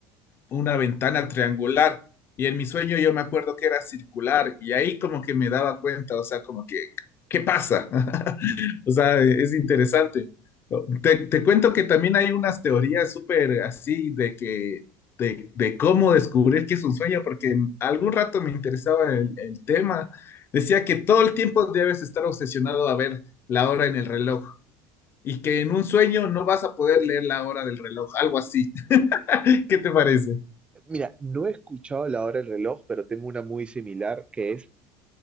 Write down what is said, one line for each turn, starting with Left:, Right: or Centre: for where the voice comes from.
Left: una ventana triangular y en mi sueño yo me acuerdo que era circular y ahí como que me daba cuenta, o sea, como que, ¿qué pasa? <laughs> O sea, es interesante. Te, te cuento que también hay unas teorías súper así de que, de, de cómo descubrir que es un sueño, porque en algún rato me interesaba el, el tema. Decía que todo el tiempo debes estar obsesionado a ver la hora en el reloj y que en un sueño no vas a poder leer la hora del reloj, algo así. <laughs> ¿Qué te parece?
Right: Mira, no he escuchado la hora del reloj, pero tengo una muy similar que es